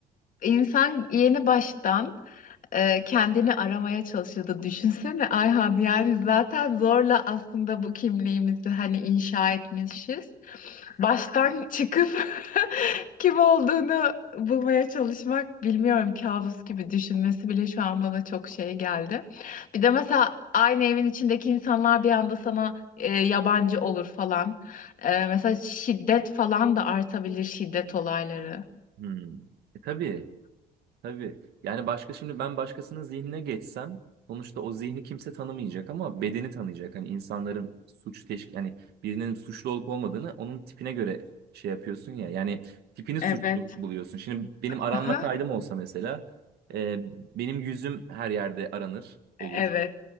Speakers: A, on the left; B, on the right.
A: İnsan yeni baştan e, kendini aramaya çalışıyordu. Düşünsene Ayhan yani zaten zorla aslında bu kimliğimizi hani inşa etmişiz. Baştan çıkıp <laughs> kim olduğunu bulmaya çalışmak bilmiyorum kabus gibi düşünmesi bile şu an bana çok şey geldi. Bir de mesela aynı evin içindeki insanlar bir anda sana e, yabancı olur falan. E, mesela şiddet falan da artabilir şiddet olayları.
B: Hmm. E, tabii, tabii. Yani başka şimdi ben başkasının zihnine geçsem sonuçta o zihni kimse tanımayacak ama bedeni tanıyacak. Hani insanların suç teşkil yani birinin suçlu olup olmadığını onun tipine göre şey yapıyorsun ya. Yani tipini
A: Evet.
B: suçlu buluyorsun. Şimdi benim aranma
A: Aha.
B: kaydım olsa mesela e, benim yüzüm her yerde aranır olur.
A: Evet,